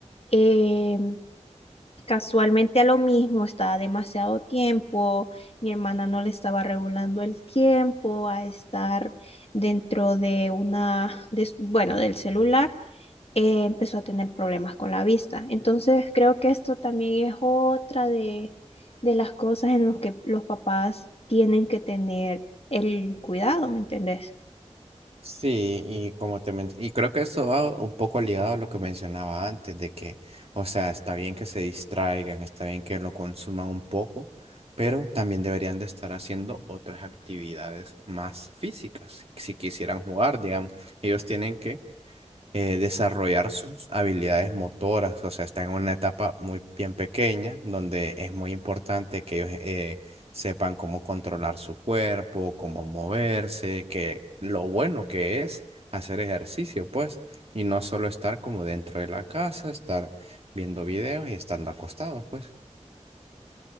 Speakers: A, on the left; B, on the right.
A: em, casualmente a lo mismo, estaba demasiado tiempo, mi hermana no le estaba regulando el tiempo a estar dentro de una, de- bueno, del celular, eh, empezó a tener problemas con la vista. Entonces creo que esto también es otra de, de las cosas en las que los papás tienen que tener el cuidado, ¿me entendés?
B: Sí, y como te men- y creo que esto va un poco ligado a lo que mencionaba antes, de que, o sea, está bien que se distraigan, está bien que lo consuman un poco, pero también deberían de estar haciendo otras actividades más físicas, si quisieran jugar, digamos, ellos tienen que eh, desarrollar sus habilidades motoras, o sea, están en una etapa muy bien pequeña, donde es muy importante que ellos eh, sepan cómo controlar su cuerpo, cómo moverse, que lo bueno que es hacer ejercicio, pues, y no solo estar como dentro de la casa, estar viendo videos y estando acostados, pues.